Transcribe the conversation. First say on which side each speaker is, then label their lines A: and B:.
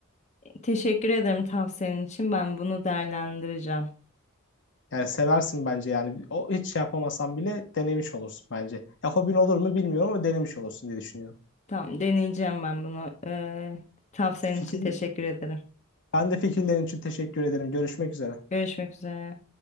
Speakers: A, on the left; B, on the left.
A: Teşekkür ederim tavsiyenin için. Ben bunu değerlendireceğim.
B: Yani seversin bence yani. O hiç şey yapamasan bile denemiş olursun bence. Ya hobin olur mu bilmiyorum ama denemiş olursun diye düşünüyorum.
A: Tamam deneyeceğim ben bunu. E, tavsiyenin
B: Fikir,
A: için teşekkür ederim.
B: ben de fikirlerin için teşekkür ederim. Görüşmek üzere.
A: Görüşmek üzere.